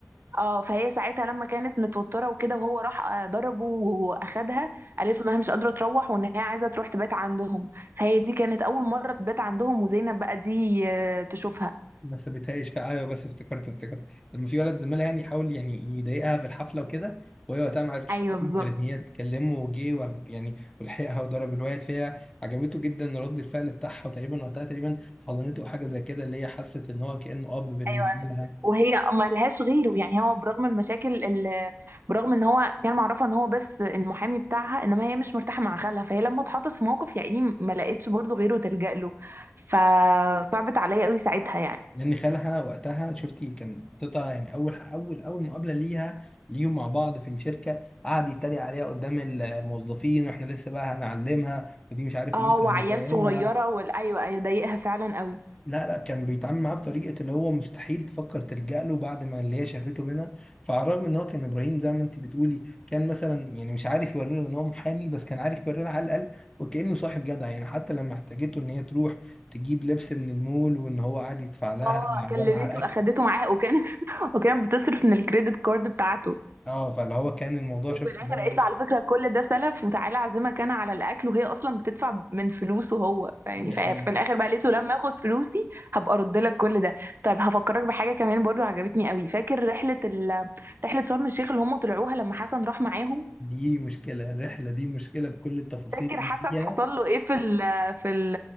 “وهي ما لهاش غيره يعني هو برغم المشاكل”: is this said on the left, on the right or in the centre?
Right